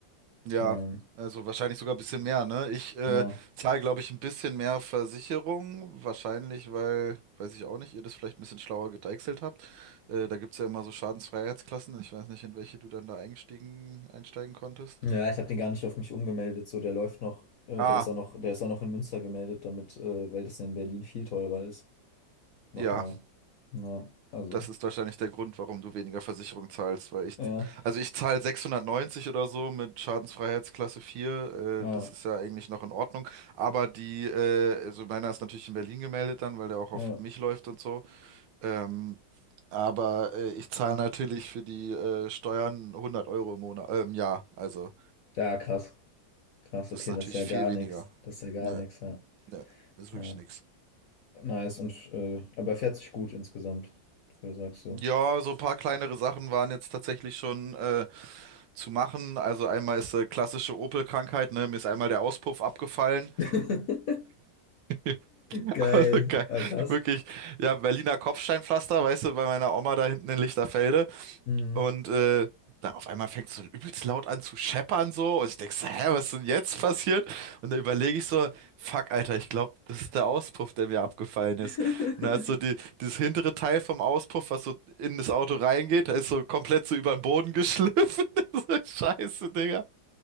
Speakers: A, on the right; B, on the left.
A: Ja,
B: Ähm,
A: also wahrscheinlich sogar ein bisschen mehr, ne? Ich äh,
B: ja.
A: zahle, glaube ich, ein bisschen mehr Versicherung. Wahrscheinlich, weil, weiß ich auch nicht, ihr das vielleicht ein bisschen schlauer gedeichselt habt. Äh, da gibt es ja immer so Schadensfreiheitsklassen. Ich weiß nicht, in welche du dann da eingestiegen, einsteigen konntest.
B: Ja, ich habe den gar nicht auf mich umgemeldet. So, der läuft noch, äh,
A: Ah,
B: der ist auch noch, der ist auch noch in Münster gemeldet, damit, äh, weil das ja in Berlin viel teurer ist. Nochmal.
A: ja.
B: Ja, also.
A: Das ist wahrscheinlich der Grund, warum du weniger Versicherung zahlst, weil ich,
B: Ja,
A: also ich zahle 690 oder so mit Schadensfreiheitsklasse vier.
B: ja,
A: äh, das ist ja eigentlich noch in Ordnung, aber die, äh, also meiner ist natürlich in Berlin gemeldet dann, weil der auch auf
B: ja.
A: mich läuft und so, ähm, aber äh, ich zahle natürlich für die äh, Steuern 100 Euro im Monat, äh, im Jahr, also
B: Ja, krass. Krass,
A: das
B: okay,
A: ist natürlich
B: das ist ja
A: viel
B: gar
A: weniger.
B: nichts. Das ist ja gar
A: Nö,
B: nichts, ja.
A: nö, ist
B: Ja.
A: wirklich nix.
B: Nice und äh, aber er fährt sich gut insgesamt, für- sagst du.
A: Ja, so ein paar kleinere Sachen waren jetzt tatsächlich schon, äh, zu machen. Also einmal ist äh, klassische Opel-Krankheit, ne? Mir ist einmal der Auspuff abgefallen.
B: <laughs>
A: <laughs>
B: Geil.
A: Also geil,
B: Ah, krass.
A: wirklich, ja, Berliner Kopfsteinpflaster, weißt du, bei meiner Oma da hinten in Lichterfelde.
B: Mhm.
A: Und äh, dann auf einmal fängt es so übelst laut an zu scheppern so. Und ich denk so, hä, was ist denn jetzt passiert? Und dann überlege ich so, fuck, Alter, ich glaube, das ist der Auspuff, der mir abgefallen ist.
B: <laughs>
A: Und da ist so die, dieses hintere Teil vom Auspuff, was so in das Auto reingeht, da ist so komplett so über den Boden geschliffen. <laughs> So, Scheiße, Digga.